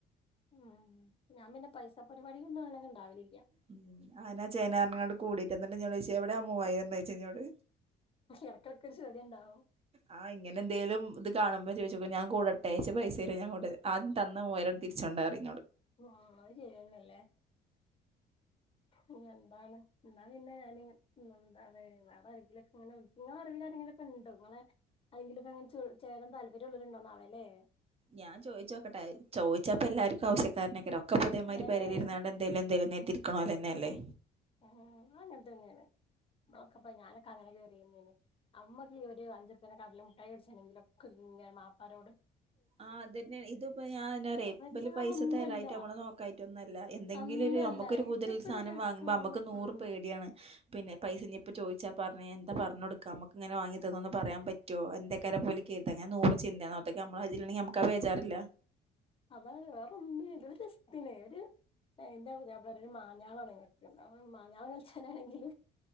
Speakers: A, on the left; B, on the right.
A: ഉമ് ഞാൻ പിന്നെ പൈസ പരിപാടികൊന്നും അങ്ങനെ ഇണ്ടാവലില്ല
B: ഉമ് ആനാ ചേനറിനോട് കൂടിക്ക എന്നിട്ട് എന്നോട് ചോയ്ച്ച എവിടെയാ ആ മുവായിരം ചോയ്ച്ച യിന്നോട്
A: ഇടക്കിടക്ക് ഒരു ചെടി ഉണ്ടാവും
B: ആഹ് ഇങ്ങനെ എന്തെലും ഇത് കാണുമ്പോ ചെയ്ച്ചപ്പെ ഞാൻ കൂടെട്ടേ ച്ച് പൈസ തരോ ഞാ കൂ ആദ്യം തന്ന മുവായിരം തിരിച്ചുണ്ട പറിം
A: ആഹ് അത് ശരിയാന്നെല്ലേ ഇനി എന്താണ് ന്നാ ഞ പിന്നെ ഞാന് എന്താണ് വേറെ ആരെങ്കിലൊക്കെ ഇങ്ങനെ നിങ്ങള അറിവിലരെങ്കിലൊക്കെ ഉണ്ടോ നിങ്ങളെ ആരെങ്കിലൊക്കെ ഇങ്ങനെ ചേ ചേരാൻ താല്പര്യള്ളര് ഉണ്ടോന്നാവേ ല്ലേ
B: ഞാൻ ചോദിച്ചോക്കട്ടെ ചോദിച്ചാപ്പ എല്ലാർക്കും ആവശ്യക്കാരനെക്കാരം ഒക്കെ ഇദ്ദേമാരി
A: ഏഹ്
B: പേരെലിരുന്ന് ന്നാണ്ട് എന്തേലും എന്തലും കരുതി ഇരിക്കുന്നോലെന്നെ ല്ലേ
A: ആഹ് അങ്ങൻ തന്നെയാണ് നമ്മളൊക്കെപ്പ ഞാനൊക്കെ അങ്ങന കേറി തന്നെന്ന് അമ്മക്ക് ഈ ഒരു അഞ്ചുർപന്റെ കടല മുട്ടായി മെടിച്ചെണങ്കിലൊക്കെ മാപ്പാള്ള രോട്
B: ആഹ് അതന്നെ ഇതുപ്പോ ഞാൻ റയെ ഇബല്
A: വല്ലാതൊന്നുമല്ല
B: പൈസ തരായ്ട്ടോ നമ്മളെ നോക്കായ്ട്ടോ ഒന്നുല്ല എന്തെങ്കിലും
A: അന്നല്ല
B: ന്തെങ്കിലൊരു നമുക്ക് ഒരു പൂതിള്ളെ
A: ഇതൊക്കെ
B: സാനം
A: ഒരു രസം
B: വാങ്ങുമ്പോ അമ്മക്ക് നൂറ്
A: ഉം
B: പേടി ആണ് പിന്നെ പൈസ ഇപ്പോ ചോയ്ച്ചാ പർന്നെ എന്താ പറഞ് കൊട്ക്ക അമ്മക്ക്ങ്ങനൊ വാങ്ങി തന്ന് പറയാൻ പറ്റോ എന്തെക്കാരം പ്പോ ഓല് കേര്താ അങ്ങനെ നൂറ് ചിന്തെ നോട്ട നമ്മളെ കൈജ്ജ്ല്ണ്ടെങ്കി നമുക്ക് ആഹ് ബോജാറില്ല
A: അതാണ് വേറെ ഒന്നിനും അല്ല ഒരു രസ്ത്തിന് ഒരു എന്റെ പുതിയാപ്പിള പറയും ഒരു മാഞ്ഞാളാണ് ഇങ്ങക് ഞാൻ മഞ്ഞാളം കൾച്ചാനാണെങ്കില്